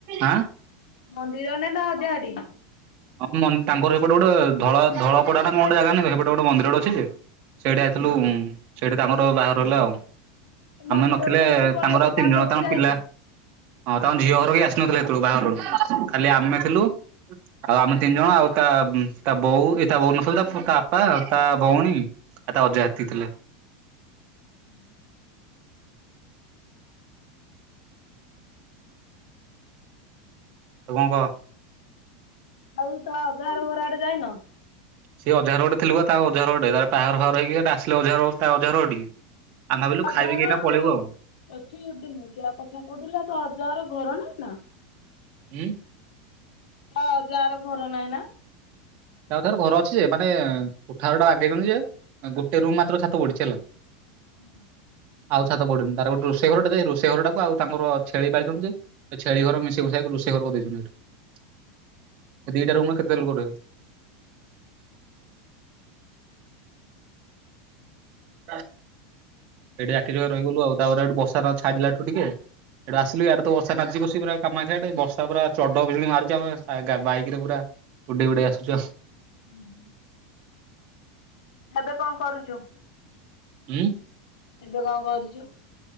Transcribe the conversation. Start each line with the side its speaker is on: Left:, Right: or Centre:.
Right: ଆଁ?
Left: ମନ୍ଦିରରେ ନା ତା ଅଜା ଘରଟି?
Right: ହଁ ମନ୍ ତାଙ୍କର ସେପଟେ ଗୋଟେ ଧଳ-ଧଳପଡ଼ା ନା କଣ ଗୋଟେ ଜାଗା ନାହିଁ, ସେପଟେ ଗୋଟେ ମନ୍ଦିରଟେ ଅଛି ଯେ ସେଇଠିକି ଆଇଥିଲୁ, ସେଇଠି ତାଙ୍କର ବାହାଘର ହେଲା ଆଉ।
Left: ମନ୍ଦିରରୁ
Right: ଆମେ ନଥିଲେ
Left: ମନ୍ଦିର ପଳେଇଛ
Right: ତାଙ୍କର ଆଉ ତିନି ଜଣ
Left: ଘରକୁ
Right: ତାଙ୍କ
Left: ଯାଇନ?
Right: ପିଲା ହଁ, ତାଙ୍କ ଝିଅ ଘର ବି ଆସି ନଥିଲେ ସେତେବେଳକୁ ବାହାଘରକୁ ଖାଲି ଆମେ ଥିଲୁ ଆଉ ଆମେ ତିନି ଜଣ ଆଉ ତା ତା ବୋଉ ଏ ତା ବୋଉ ନଥିଲେ ତା ତା ବାପା ତା ଭଉଣୀ ଆଉ ତା ଅଜା ହେତିକି ଥିଲେ।
Left: ହୁଁ ହୁଁ।
Right: ଆଉ କଣ କହ?
Left: ଆଉ ତା ଅଜା ଘର ଘର ଆଡ଼େ ଯାଇନ?
Right: ସେ ଅଜା ଘରେ ଗୋଟେ ଥିଲୁ ପା ତା ଅଜାଘର ଗୋଟେ ତାର ବାହାଘର ଫାହାଘର ହେଇକି ଆସିଲେ ଅଜାଘର ତା ଅଜା ଘର ଘଟିକି। ଆମେ ଭାବିଲୁ
Left: <unintelligible>
Right: ଖାଇପିକି ଏଇନା ପଳେଇବୁ ଆଉ <unintelligible>
Left: ତା ଅଜା ଘର ଘର ନାହିଁ ନା?
Right: ତାପରେ ତାଙ୍କର ଘର ଅଛି ଯେ ମାନେ କୋଠାଘର ଟା ବାଗେଇଛନ୍ତି ଯେ ଗୋଟେ ରୁମ୍ ମାତ୍ର ଛାତ ପଡ଼ିଛି ହେଲା
Left: ହୁଁ।
Right: ଆଉ ଛାତ ପଡ଼ିନି ତାର ଗୋଟେ ରୋଷେଇ ଘର ଟେ ଯେ ରୋଷେଇ ଘର ଟାକୁ ଆଉ ତାଙ୍କର ଛେଳି ପାଳିଛନ୍ତି ଯେ ଛେଳି ଘର ମିଶେଇ ମିଶାଇକି ରୋଷେଇ ଘର କରିଦେଇଛନ୍ତି ସେଠି। ଦିଟା ରୁମରେ କେତେ ଲୋକ ରହିବେ? ସେଠି ଜାକି ଜୁକି ହେଇକି ରହିଗଲୁ ଆଉ ତାପରେ ସେଠୁ ବର୍ଷା ଛାଡି଼ଲାଠୁ ଟିକେ ସେଠୁ ଆସିଲୁ ଆଡ଼େ ବର୍ଷା ନାଦୁଛି କସିକରି ପୁରା କାମାକ୍ଷା ଆଡ଼େ ବର୍ଷା ପୁରା ଚଡ଼ ବିଜୁଳି ମାରୁଛି ଆମେ ବାଇକ୍ ରେ ପୁରା ଉଡ଼େଇ ଉଡ଼ାଇ ଆସିଛୁ ଆଉ।
Left: ହୁଁ ଏବେ କଣ କରୁଛୁ?
Right: ହୁଁ?
Left: ଏବେ କଣ କରୁଛୁ?